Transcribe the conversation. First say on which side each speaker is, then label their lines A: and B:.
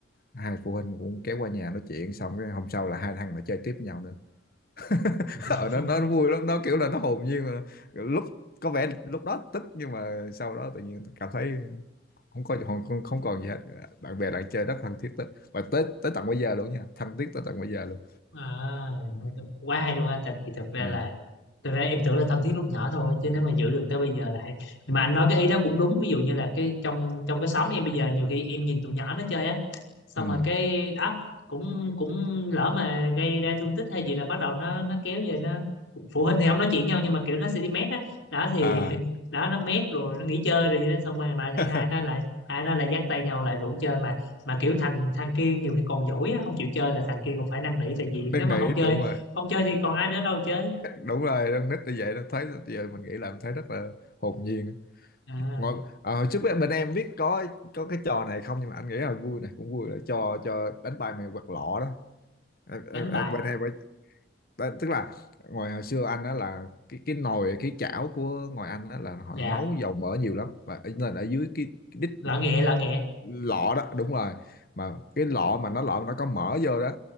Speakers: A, on the left; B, on the left.
A: hai phụ huynh cũng kéo qua nhà nói chuyện xong cái hôm sau là hai thằng nó chơi tiếp với nhau nữa <laughs>
B: <laughs>
A: ở nó
B: Phụ-
A: nó vui lắm nó kiểu là nó hồn nhiên mà. lúc có vẻ lúc đó tức nhưng mà sau đó tự nhiên cảm thấy không có không, không còn gì hết bạn bè lại chơi rất thân thiết tới và tới tới tận bây giờ luôn nha thân thiết tới tận bây giờ luôn
B: à, quá hay luôn anh thật thì thật ra
A: ừ.
B: là Thật ra em tưởng là thân thiết lúc nhỏ thôi chứ nếu mà giữ được tới bây giờ là hay. Nhưng mà anh nói cái ý đó cũng đúng ví dụ như là cái trong trong cái xóm em bây giờ nhiều khi em nhìn tụi nhỏ nó chơi á xong
A: ừ
B: rồi cái đó cũng cũng lỡ mà gây ra thương tích hay gì là bắt đầu nó nó kéo về nó phụ huynh thì không nói chuyện nhau nhưng mà kiểu nó sẽ đi mét á đó. thì
A: à
B: <laughs> đó nó mét rồi nó nghỉ chơi rồi gì đó xong rồi mà
A: <laughs>
B: thấy hai nó lại hai nó lại dắt tay nhau lại rủ chơi mà mà kiểu thằng thằng kia nhiều khi còn dỗi á không chịu chơi là thằng kia còn phải năn nỉ tại vì
A: năn
B: nếu mà
A: nỉ
B: không chơi
A: đúng rồi
B: không chơi thì còn ai nữa đâu chơi
A: đúng rồi con nít như vậy nó thấy giờ mình nghĩ là mình thấy rất là hồn nhiên
B: à.
A: ngồi ờ, trước bên bên em biết có có cái trò này không nhưng mà anh nghĩ là vui này cũng vui là trò trò đánh bài mày quạt lọ đó em,
B: đánh
A: em,
B: bài
A: em bên em phải đó, tức là ngoài hồi xưa anh đó là cái cái nồi cái chảo của ngoài anh đó là họ
B: dạ
A: nấu dầu mỡ nhiều lắm và nên ở dưới cái, cái đít
B: lọ nghẹ lọ nghẹ
A: lọ đó đúng rồi mà cái lọ mà nó lọ mà nó có mỡ vô đó